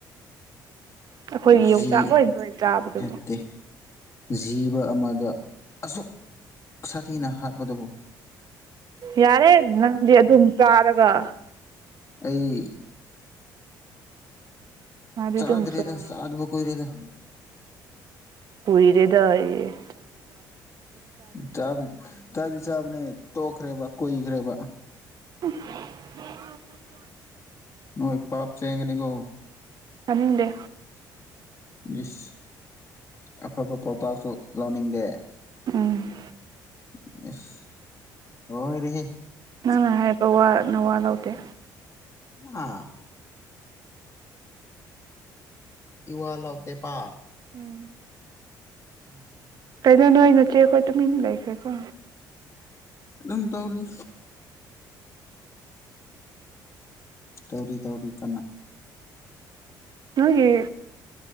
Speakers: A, on the right (about 55°); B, on the left (about 35°).
A: ꯑꯩꯈꯣꯏꯒꯤ
B: ꯖꯤ
A: ꯌꯣꯡꯆꯥꯛ ꯂꯣꯏꯗꯣꯏ ꯆꯕꯗꯨ
B: ꯅꯠꯇꯦ ꯖꯤꯕ ꯑꯃꯗ ꯑꯁꯨꯛ ꯁꯥꯊꯤꯅ ꯍꯥꯠꯄꯇꯕꯨ
A: ꯌꯥꯔꯦ ꯅꯪꯗꯤ ꯑꯗꯨꯝ ꯆꯥꯔꯒ
B: ꯑꯩ
A: ꯃꯥꯗꯤ
B: ꯆꯥꯗ
A: ꯑꯗꯨꯝ
B: ꯔꯦꯗ
A: ꯆꯥꯔꯒ
B: ꯆꯥꯗꯕ ꯀꯣꯏ ꯔꯦꯗ
A: ꯄꯨꯏꯔꯦꯗꯏꯌꯦ
B: ꯆ ꯆꯗꯤꯆꯥꯕꯅꯦ ꯇꯣꯛꯈ꯭ꯔꯦꯕ ꯀꯨꯏꯈ꯭ꯔꯦꯕ
A: <unintelligible>
B: ꯅꯣꯏꯣꯏ ꯄꯥꯞ ꯆꯦꯒꯅꯤꯀꯣ
A: ꯆꯅꯤꯡꯗꯦ
B: ꯏꯁꯁ ꯑꯐꯕ ꯄꯥꯎꯇꯥꯛꯁꯨ ꯂꯧꯅꯤꯡꯗꯦ
A: ꯎꯝ
B: <unintelligible> ꯍꯦ
A: ꯅꯪꯅ ꯍꯥꯏꯔꯤꯕ ꯋꯥ ꯅꯋꯥ ꯂꯧꯗꯦ
B: ꯑꯥ ꯏꯋꯥ ꯂꯧꯇꯦ ꯄ
A: ꯎꯝ
B: ꯎꯝ <inaudible>
A: ꯀꯩꯩꯅꯣ ꯅꯣꯏ ꯅꯆꯦꯈꯣꯏ ꯇꯃꯤꯟ ꯂꯩ ꯈ꯭ꯔꯦꯀꯣ
B: ꯑꯗꯨꯝ ꯇꯧꯔꯤ ꯇꯧꯔꯤ ꯇꯧꯔꯤ ꯀꯅꯥ
A: ꯅꯣꯏꯒꯤ